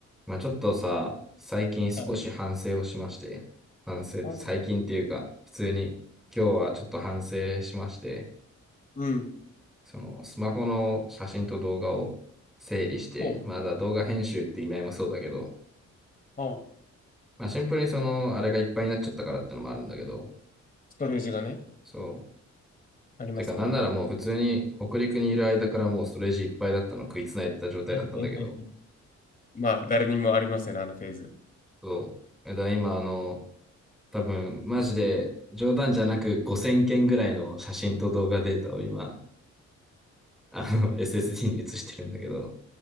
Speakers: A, in the centre; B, on the left.
A: まあちょっとさ、最近少し反省をしまして、
B: はい
A: 反省って最近っていうか、
B: あそ
A: 普通に今日はちょっと反省しまして、
B: うん。
A: そのスマホの写真と動画を整理して、
B: そ
A: まだ動画編集って意味合いもそうだけど、
B: ううん、
A: まあシンプルにそのあれがいっぱいになっちゃったからってのもあるんだけど、
B: ストレージがね、
A: そう。
B: ありますね。
A: てかなんならもう普通に北陸にいる間からもうストレージいっぱいだったの食いつないでた状態だったんだけど、
B: <laughs> まあ、誰にもありますよね、あのフェーズ。
A: そう。だから今あの、多分、マジで冗談じゃなく5000件ぐらいの写真と動画データを今、あの、<laughs> SSD に移してるんだけど、